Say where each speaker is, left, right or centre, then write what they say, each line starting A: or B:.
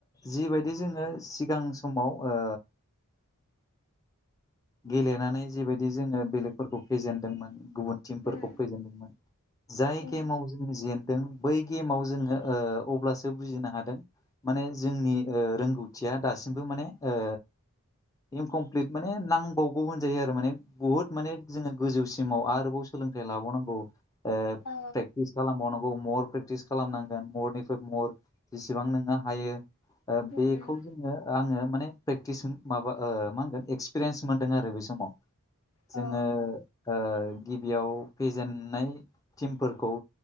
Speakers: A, on the left; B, on the left.
A: जिबायदि जोङो सिगां समाव ओ गेलेनानै जिबायदि जोङो बेलेगफोरखौ फेजेनदोंमोन गुबुन टिमफोरखौ
B: उम
A: फेजेनदोंमोन। जाय
B: उम
A: गेमाव जोंङो जेेनदों बै गेमाव जोङो ओ अब्लासो बुजिनो हादों। माने जोंनि ओ रोंगौथिया दासिमबो माने ओ इनकमप्लिट माने नां बावगौ होनजायो आरो माने बुहुत माने जोङो गोजौसिमाव आरोबाव सोलोंथाइ लाबावनांगौ। ओ
B: औ
A: प्रेक्टिस खालामबावनांगौ मर प्रेकटिस खालामनांगोन मरनिफ्राय मर। जेसेबां नोङो हायो ओ
B: उम
A: बेखौ जोङो आङो माने प्रेक्टिस माबा ओ मा होनगोन एक्सपिरिन्स मोनदों आरो बे समाव।
B: औ
A: जोङो ओ गिबियाव फेजेननाय टिमफोरखौ